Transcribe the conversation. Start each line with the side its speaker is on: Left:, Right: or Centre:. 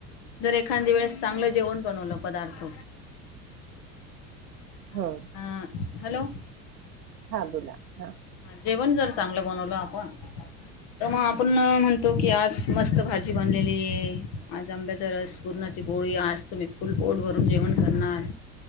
Left: जर एखादी्या वेळेस चांगलं जेवण बनवलं पदार्थ
Right: हम्
Left: अ हॅलो
Right: हा बोला हा
Left: जेवण जर चांगलं बनवलं आपण तर मग आपण म्हणतो की, आज मस्त भाजी बनलेली आहे आज आंब्याचा रस पुूरणाची पोळी आज त मी फुल पोट भरून जेवण करणार